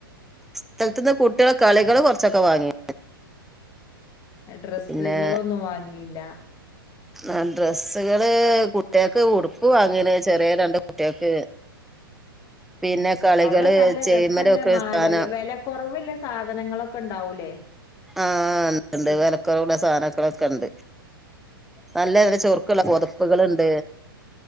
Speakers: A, in the centre; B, on the left.
A: സ്ഥലത്തു നിന്ന് കുട്ടികളെ കളികള് കുറച്ചൊക്കെ വാങ്ങി
B: ഡ്രസ്സുകളൊന്നും
A: പിന്നെ
B: വാങ്ങിയില്ല
A: ആ ഡ്രെസ്സുകള് കുട്ടിയാക്ക് ഉടുപ്പു വാങ്ങിന് ചെറിയ രണ്ട് കുട്ടികൾക്ക്
B: ആ
A: പിന്നെ കളികള്
B: അവിടെ നല്ല
A: ചെയിൻമേല്
B: രസല്ലേ
A: വെക്കണ
B: മാലക
A: സാനം
B: വില കുറവില്ല സാധനങ്ങളൊക്കെ ഉണ്ടാവൂലേ
A: ആഹ ഉണ്ട്ണ്ട്
B: ഡ്രസ്
A: വിലക്കുറുള്ള സാധനങ്ങളൊക്കെ ഉണ്ട് നല്ല നല്ല ചുറുക്കുള്ള പൊതപ്പുകള് ഉണ്ട്